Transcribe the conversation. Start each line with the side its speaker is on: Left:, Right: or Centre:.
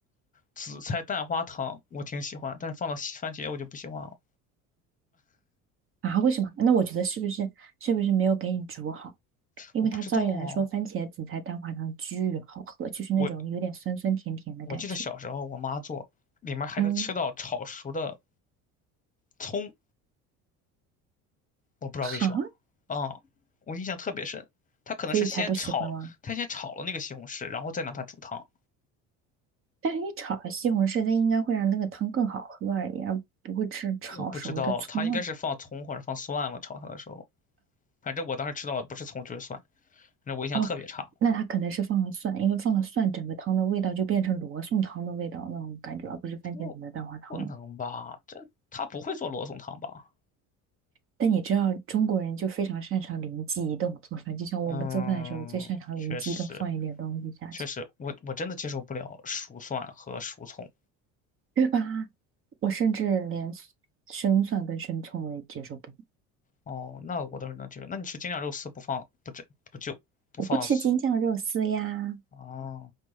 Left: 紫菜蛋花汤我挺喜欢，但是放了西番茄我就不喜欢了，
Right: 啊，为什么？那我觉得是不是是不是没有给你煮好？因为它照理来说，
Left: 我不知道啊，
Right: 番茄紫菜蛋花汤巨好喝，就是那种有点酸酸甜甜的感觉。
Left: 我我记得小时候我妈做，里面还能吃到炒熟的
Right: 嗯，
Left: 葱，我不知道为什么，
Right: 哈，
Left: 啊、我印象特别深。她可能是先炒，
Right: 所以才不喜欢吗？
Left: 她先炒了那个西红柿，然后再拿它煮汤。
Right: 但是你炒了西红柿，那应该会让那个汤更好喝而已，而不会吃炒熟的葱啊。
Left: 我不知道，她应该是放葱或者放蒜了，炒它的时候。反正我当时吃到的不是葱就是蒜，反正我印象特别差。
Right: 哦，那他可能是放了蒜，因为放了蒜，整个汤的味道就变成罗宋汤的味道那种感觉，而不是番茄子的蛋花汤。
Left: 不，不能吧？这她不会做罗宋汤吧？
Right: 但你知道中国人就非常擅长灵机一动做饭，就像我们做饭的时候最擅长灵机一动放一点东西下去，
Left: 嗯，确实，确实，我我真的接受不了熟蒜和熟葱。
Right: 对吧？我甚至连生蒜跟生葱我也接受不了，
Left: 哦，那我倒是能接受。那你吃京酱肉丝不放不蘸不就不放丝
Right: 我不吃京酱肉丝呀。
Left: 啊？